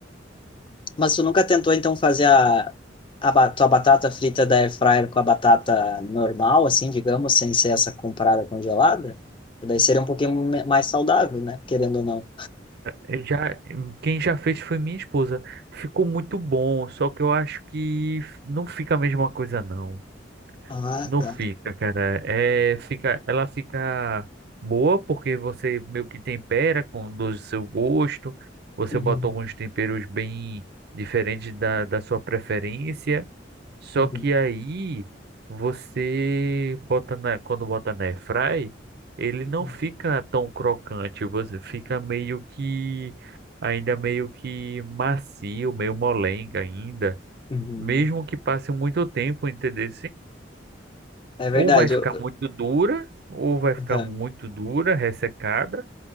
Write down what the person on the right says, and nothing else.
Eu Já, quem já fez foi minha esposa. Ficou muito bom, só que eu acho que não fica a mesma coisa, não.
Não
fica, cara. É, fica, ela fica boa porque você meio que tempera com do seu gosto. Você
bota alguns temperos bem diferentes da, da sua preferência. Só
que aí você bota na, quando bota na airfry, ele não
fica tão crocante. Você fica meio que ainda meio que macio, meio molenga ainda,
mesmo que passe muito tempo, entendeu?
Ou vai ficar
muito dura, ou vai ficar
muito dura, ressecada,